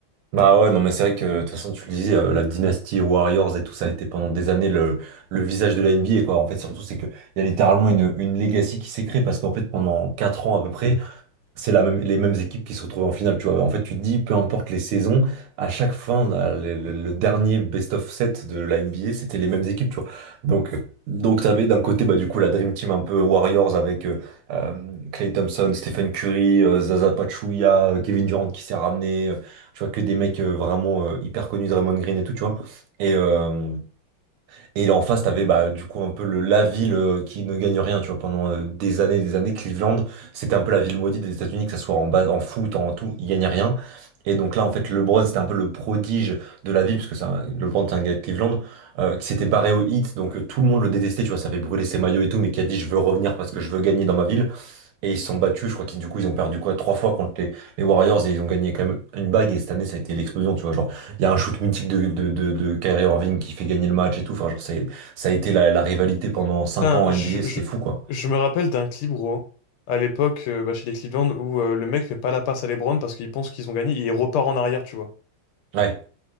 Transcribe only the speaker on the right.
Bah ouais, non, mais c'est vrai que, de toute façon, tu le disais, euh, la dynastie Warriors et tout, ça a été pendant des années le, le visage de la NBA, quoi. En fait, surtout, c'est que il y a littéralement une, une legacy qui s'est créée parce qu'en fait, pendant 4 ans à peu près, c'est la même, les mêmes équipes qui se retrouvent en finale, tu vois. En fait, tu te dis, peu importe les saisons, à chaque fin, à le, le- le dernier best of set de la NBA, c'était les mêmes équipes, tu vois. Donc, euh, donc tu avais d'un côté, bah, du coup, la Dream Team un peu Warriors avec euh, euh, Klay Thompson, Stephen Curry, euh, Zaza Pachulia, euh, Kevin Durant qui s'est ramené, euh, tu vois, que des mecs euh, vraiment euh, hyper connus, Draymond Green et tout, tu vois. Et, euh, et en face, t'avais bah, du coup un peu le, la ville euh, qui ne gagne rien, tu vois, pendant euh, des années et des années. Cleveland, c'était un peu la ville maudite des États-Unis, que ça soit en, bas, en foot, en tout, il gagnait rien. Et donc là, en fait, LeBron, c'était un peu le prodige de la ville, parce que c'est un- LeBron, c'est un gars de Cleveland, euh, qui s'était barré au hit donc euh, tout le monde le détestait, tu vois, ça avait brûlé ses maillots et tout, mais qui a dit, je veux revenir parce que je veux gagner dans ma ville. Et ils se sont battus, je crois qu'ils du coup ils ont perdu quoi trois fois contre les, les Warriors et ils ont gagné quand même une bague et cette année ça a été l'explosion, tu vois. Genre, il y a un shoot mythique de, de, de, de Kyrie Irving qui fait gagner le match et tout. Enfin, genre, c'est, ça a été la, la rivalité pendant cinq
ans en NBA,
c'était
fou quoi.
Ouais,